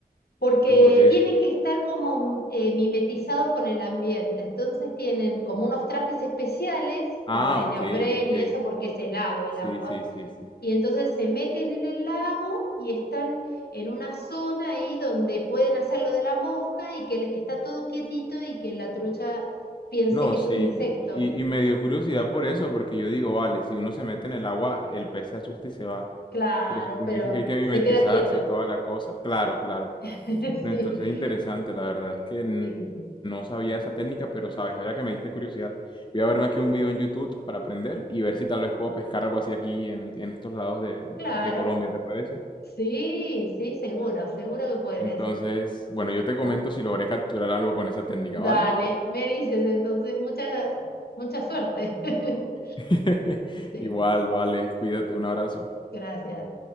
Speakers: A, on the left; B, on the left.
A: porque
B: ¿por qué?
A: tienen que estar como eh, mimetizados con el ambiente. Entonces tienen como unos trajes especiales,
B: Ah,
A: como de
B: ok,
A: neopren
B: ok.
A: y eso, porque es helado el
B: Sí,
A: agua.
B: sí, sí, sí.
A: Y entonces se meten en el lago y están en una zona ahí donde pueden hacer lo de la mosca y que está todo quietito y que la trucha piense
B: No,
A: que
B: sí,
A: es un insecto.
B: y, y- y me dio curiosidad por eso, porque yo digo, vale, si uno se mete en el agua, el pez se asusta y se va.
A: Claro,
B: Pero si tú
A: pero
B: me dices que hay que mimetizarse
A: se queda quieto.
B: y toda la cosa, claro, claro.
A: <laughs>
B: No,
A: Sí,
B: Entonces, interesante, la verdad es que n-
A: sí,
B: no sabía esa técnica, pero sabes, ahora que me diste curiosidad, voy a verme aquí un video en YouTube para aprender y ver si tal vez puedo pescar algo así aquí en, en estos lados de,
A: claro.
B: de Colombia, ¿te parece?
A: Sí, sí, seguro, seguro que puedes.
B: Entonces, bueno, yo te comento si logré capturar algo con esa técnica,
A: Dale,
B: ¿vale?
A: me dices entonces mucha, mucha suerte. <laughs>
B: <laughs>
A: Sí,
B: Igual, vale, cuídate, un abrazo.
A: gracias.